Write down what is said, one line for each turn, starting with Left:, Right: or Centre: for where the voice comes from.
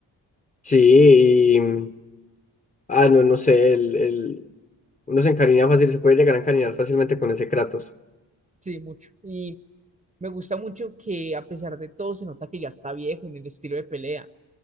Left: Sí, y... mm, Ah, no, no sé, el, el- uno se encariña fácil, se puede llegar a encariñar fácilmente con ese Kratos,
Right: Sí, mucho. Y me gusta mucho que a pesar de todo se nota que ya está viejo en el estilo de pelea.